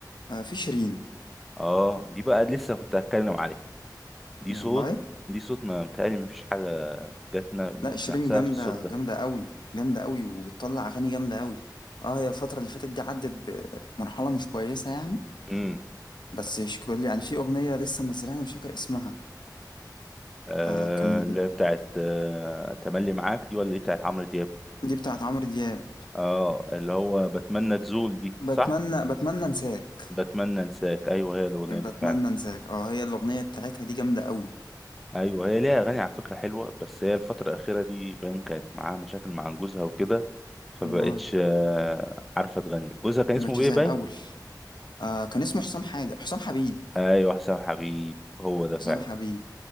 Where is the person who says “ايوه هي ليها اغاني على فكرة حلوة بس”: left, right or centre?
Centre